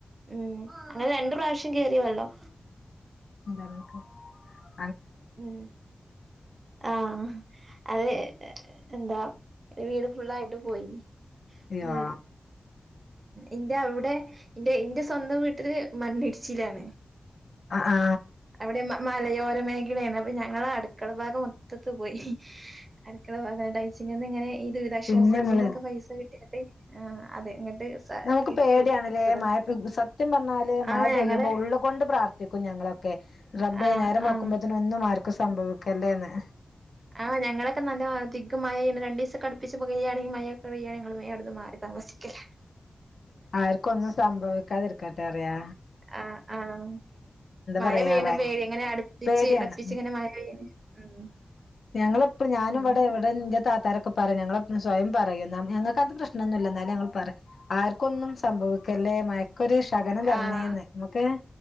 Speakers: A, on the right (about 35°); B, on the left (about 65°).
A: ഉം ങ്ങൾ രണ്ട് പ്രാവിശ്യം കേറി വെള്ളം
B: <inaudible>
A: ഉം അഹ് അത് എന്താ ഈ വീട് ഫുള്ളായിട്ട് പോയി
B: അയ്യോ
A: മുൾ ഇന്റൗടെ ന്റെ ഇന്റെ സ്വന്ധം വീട്ടില് മണ്ണി ട്ച്ചില്ലാണ്
B: ആ ആ
A: അവ്ടെ മ മലയോര <unintelligible> ലേണ് അപ്പ ഞങ്ങളേ അടക്കളഭാഗം മൊത്തത്ത്പോയി അടക്കളഭാഗണ്ട് അയ്ച്ചങ്ങന്നിങ്ങനെ ഈ ദുരിതാശ്വാസാ
B: പിന്നെ നമ്മള്
A: ധിനൊക്കെ പൈസ കിട്ടി <unintelligible> ആഹ് അതെ ഇങ്ങട്ട് സ
B: നമുക്ക്
A: എടുത്തു
B: പേടിയാണ്
A: എടുത്തതാ
B: ലേ മഴ പെ സത്യം പർഞാല് മഴ
A: ആഹ്
B: പെയ്യുമ്പോ
A: ഞങ്ങള്
B: ഉള്ള്കൊണ്ട് പ്രാർത്ഥിക്കും ഞങ്ങളൊക്കെ റബ്ബേ
A: ആഹ്
B: നേരം വെളുക്കുമ്പത്തിന്
A: ആഹ്
B: ഒന്നുമ ര്ക്കും സംഭവിക്കല്ലെന്ന്
A: ആഹ് ഞങ്ങളൊക്കെ നല്ല അതിക്ക് മഴെയ്യ്ന് രണ്ടീസൊക്കെ അടുപ്പിച് പെയ്യാണെങ്കി മയൊക്കെ പെയ്യിണെ ഞങ്ങള് വേം അവ്ട്ന്ന് മാറി താമസിക്കല
B: ആര്ക്കും ഒന്നും സംഭവിക്കാതിരിക്കട്ടെറയാ
A: ആഹ് ആഹ് മഴപെയ്യ്ണെ
B: പറയാ ഭയ
A: പേടി ഇങ്ങനെ അട്പ്പിച്ച്
B: പേടിയാണ്
A: ടപ്പിച്ച് ഇങ്ങനെ മഴ കയ്യിണ് ഉം
B: ഞങ്ങളെപ്പ ഞാനിവടെ
A: പിന്നെ
B: ഇവടെന്റെ താത്താരൊ ക്കെ പറിം ഞങ്ങളെപ്പു സ്വയം പറയും ന്ന ഞങ്ങക്കത് പ്രേശ്നൊന്നുല്ല ഇന്നാലും അങ്ങൾ പറിം ആര്ക്കൊന്നും സംഭവിക്കല്ലേ മയ ക്കൊരു ഷകനം തര്നേന്ന്
A: ആഹ്
B: മ്മക്ക്